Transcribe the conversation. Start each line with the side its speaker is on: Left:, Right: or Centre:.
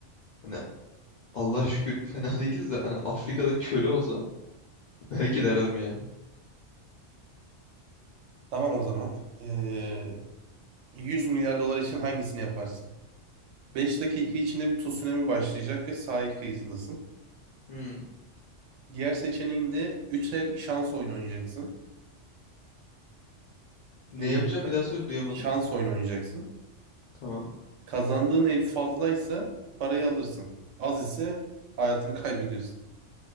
Left: Hani Allah şükür <laughs> fena değiliz de hani Afrika'da köle olsa belki derdim yani.
Right: Tamam o zaman. Ee, 100 milyar dolar için hangisini yaparsın? 5 dakika içinde bir tsunami başlayacak ve sahil kıyısındasın.
Left: Hmm.
Right: Diğer seçeneğinde 3 el şans oyunu oynayacaksın.
Left: Ne
Right: Ee,
Left: yapacağım bir daha söyle duyamadım.
Right: şans oyunu oynayacaksın.
Left: Tamam.
Right: Kazandığın el fazlaysa parayı alırsın. Az ise hayatını kaybediyorsun.